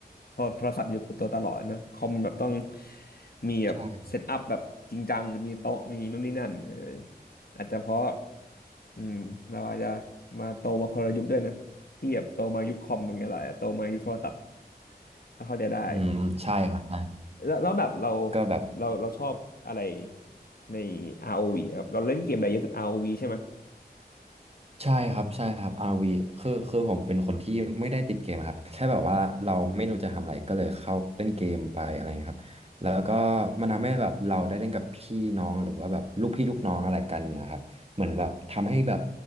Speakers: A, on the left (about 65°); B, on the right (about 35°).
A: พอโทรศัพท์อยู่กับตัวตลอดนะคอมแบบต้องมีแบบเซตอัพแบบจริงจังมีโต๊ะมีนู่นนี่นั่นเออ
B: ใช่
A: อาจจะเพราะอืมเราอาจจะมาโตมาคนละยุคด้วยนะพี่แบบโตมายุคคอมอย่างเงี้ยแหละโตมายุคโทรศัพท์ก็เข้าใจได้
B: อืมใช่ครับใช่
A: แล้วแล้วแบบเรา
B: ก็แบบ
A: เราเราชอบอะไรใน ROV อวีอะครับเราเล่นเกมอะไรเยอะสุด ROV ใช่ไหมย
B: ใช่ครับใช่ครับอาร์ว v คือคือผมเป็นคนที่ไม่ได้ติดเกมครับแค่แบบว่าเราไม่รู้จะทำอะไร ก็เลยเข้าเล่นเกมไปอะไรเงี้ยครับแล้วก็มันทำให้แบบเราได้เล่นกับพี่น้องหรือว่าแบบลูกพี่ลูกน้องอะไรกันเงี้ยครับเหมือนแบบทำให้แบบ